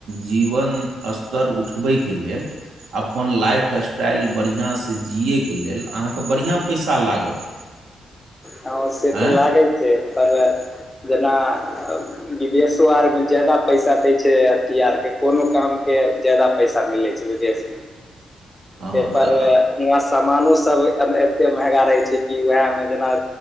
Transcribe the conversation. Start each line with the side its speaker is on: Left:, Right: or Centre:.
Right: जीवन स्तर उठबैक लेल अपन लाइफ स्टाइल बढ़िआँ सँ जियैके लेल अहाँके बढ़िआँ पैसा लागत। <inaudible>
Left: हँ से
Right: आँय
Left: तऽ लागैत छै पर जेना विदेशो आर मे जादा पैसा दै छै अथी आर के कोनो काम के जादा पैसा मिलै छै विदेश
Right: <unintelligible> हँ
Left: पेपर
Right: तऽ
Left: मे वहाँ समानो सब एते महगा रहै छै कि वएह मे जेना